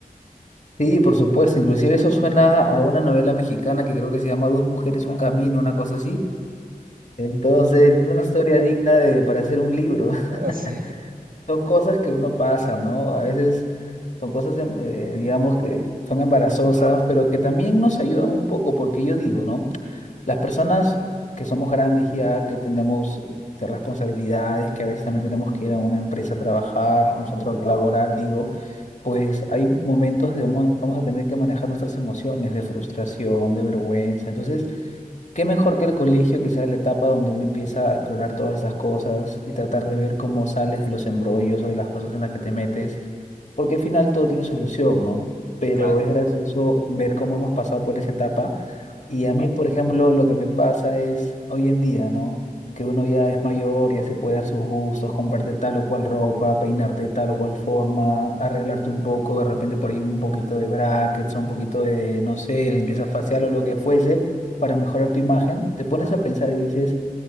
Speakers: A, on the left; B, on the right.
A: Sí, por supuesto. Inclusive eso suena a una novela mexicana que creo que se llama Dos mujeres, un camino, una cosa así. Entonces, es una historia digna de, para hacer un libro.
B: Sí.
A: <laughs> Son cosas que uno pasa, ¿no? A veces son cosas, em, eh, digamos, que son embarazosas, pero que también nos ayudan un poco, porque yo digo, ¿no? Las personas que somos grandes ya, que tenemos eh, responsabilidades, que a veces también tenemos que ir a una empresa a trabajar, a un centro laboral, digo, pues hay momentos de vamos, vamos a tener que manejar nuestras emociones de frustración, de vergüenza. Entonces, Qué mejor que el colegio, que sea la etapa donde uno empieza a explorar todas esas cosas y tratar de ver cómo sales de los embrollos o de las cosas en las que te metes, porque al final todo tiene solución, ¿no? Pero
B: <laughs> claro.
A: es gracioso ver cómo hemos pasado por esa etapa. Y a mí, por ejemplo, lo que me pasa es hoy en día, ¿no? Que uno ya es mayor, ya se puede dar sus gustos, comprarte tal o cual ropa, peinarte de tal o cual forma, arreglarte un poco, de repente por ahí un poquito de brackets, o un poquito de, no sé, limpieza facial o lo que fuese para mejorar tu imagen, te pones
B: Ajá.
A: a pensar y dices,